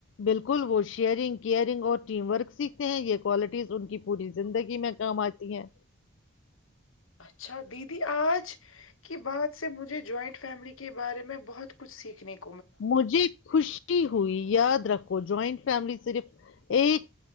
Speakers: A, on the left (about 65°); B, on the left (about 85°).
A: بالکل وہ شیئرنگ کیئرنگ اور ٹیم ورک سیکھتے ہیں یہ کوالٹیز ان کی پوری زندگی میں کام آتی ہے
B: اچھا دید آج کی بات سے مجھے جوائنٹ فیملی کے بارے میں بہت کچھ سیکھنے کا
A: مجھے خوش خوشی ہوئی یاد رکھو جوائنٹ فیملی صرف ایک